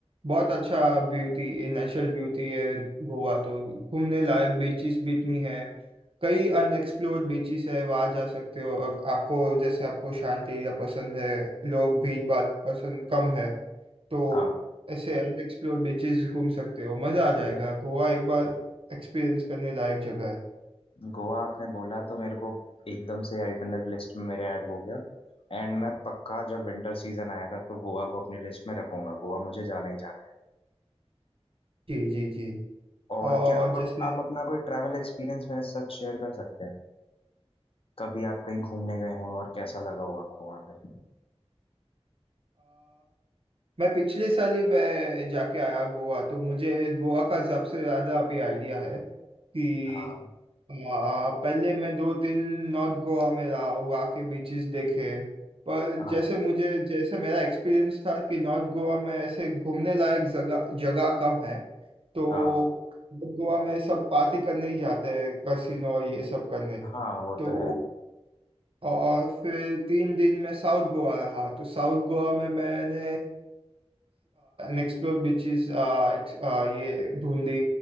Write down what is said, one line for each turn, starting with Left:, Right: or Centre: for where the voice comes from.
Right: बहुत अच्छा ब्यूटी नेचुरल ब्यूटी है गोवा तो घूमने लायक बीचेस भी इतनी है कई अनएक्सप्लोर्ड बीचेस है वहाँ जा सकते हो और आपको जैसे आपको शांत एरिया पसंद है लोग भीड़ भाड़ पसंद कम है तो
Left: हाँ
Right: ऐसे अनएक्सप्लोर्ड बीचेस घूम सकते हो मज़ा आ जाएगा गोवा एक बार एक्सपीरियंस करने लायक जगह है
Left: गोवा आपने बोला तो मेरे को एकदम से आइटनरी लिस्ट में मेरे ऐड हो गया एंड मैं पक्का जब विंटर सीजन आएगा तो गोवा को अपनी लिस्ट में रखूंगा गोवा मुझे जाना ही जाना है
Right: जी जी जी
Left: और
Right: और
Left: क्या आप,
Right: जैसे
Left: आप अपना कोई ट्रैवल एक्सपीरियंस मेरे साथ शेयर कर सकते हैं कभी आप कहीं घूमने गए हो और कैसा लगा हो आपको वहाँ पे
Right: मैं पिछले साल ही मैं जाके आया गोवा तो मुझे गोवा का सबसे ज्यादा अभी आइडिया है कि
Left: हाँ
Right: आ, पहले मैं दो दिन नॉर्थ गोवा में रहा गोवा के बीचेस देखे पर
Left: हाँ
Right: जैसे मुझे जैसे मेरा एक्सपीरियंस था कि नॉर्थ गोवा में ऐसे घूमने लायक जगह जगह कम है तो
Left: हाँ
Right: नॉर्थ गोवा में सब पार्टी करने ही जाते हैं कैसीनो और ये सब करने
Left: हाँ वो
Right: तो
Left: तो है
Right: और फिर तीन दिन मैं साउथ गोवा रहा तो साउथ गोवा में मैंने एक्सप्लोर्ड बीचेस ये धुंधी